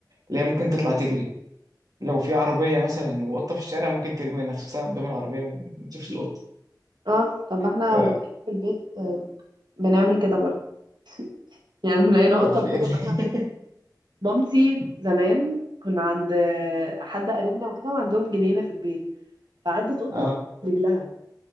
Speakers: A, on the right; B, on the right.
A: لا هي ممكن تطلع تجري لو في عربية مثلا وقطة في الشارع ممكن ترمي نفسها قدام العربية وما تشوفش القطة
B: اه طب ما احنا
A: ف
B: في البيت آه، بنعمل كده برضه <laughs> يعني لو لقينا
A: طب
B: قطه ممكن
A: ليه
B: مثلا
A: <laughs>
B: مامتي زمان كنا عند آه، حد قريبنا وكده وعندهم جنينه في البيت فعدت قطه
A: اه
B: خبطت رجلها